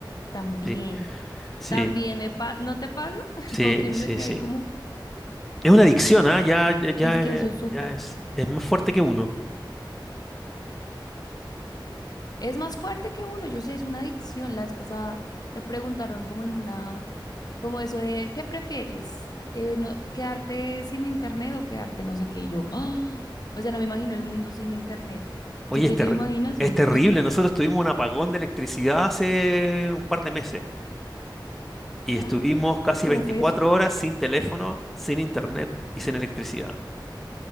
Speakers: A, on the left; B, in the centre.
A: también,
B: Sí. Sí,
A: también me pasa, ¿no te pasa? <laughs>
B: Sí,
A: Como que uno
B: sí,
A: se queda
B: sí.
A: ahí como,
B: Es una adicción, ¿ah? Ya, ya, ya,
A: dice que
B: eh,
A: eso es súper.
B: ya es, es más fuerte que uno.
A: Es más fuerte que uno, yo sé, es una adicción. La vez pasada me preguntaron como en una, como eso de, ¿qué prefieres? Eh, no, ¿quedarte sin internet o quedarte no sé qué? Y yo, ¡ah! O sea, no me imagino el mundo sin internet.
B: Oye,
A: ¿Tú te
B: es, terri-
A: lo imaginas?
B: es
A: Yo no.
B: terrible. Nosotros tuvimos un apagón de electricidad hace un par de meses y
A: <laughs>
B: estuvimos
A: Ay,
B: casi
A: ¿cómo
B: 24
A: fue eso?
B: horas sin teléfono, sin internet y sin electricidad.